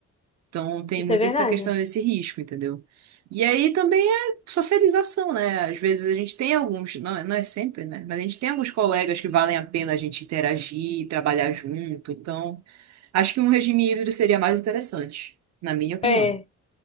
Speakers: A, on the right; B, on the left.
A: Então tem
B: Isso
A: muito
B: é verdade.
A: essa questão desse risco, entendeu? E aí também é socialização, né? Às vezes a gente tem alguns, não, não é sempre, né? Mas a gente tem alguns colegas que valem a pena a gente interagir, trabalhar junto. Então, acho que um regime híbrido seria mais interessante, na minha opinião.
B: É,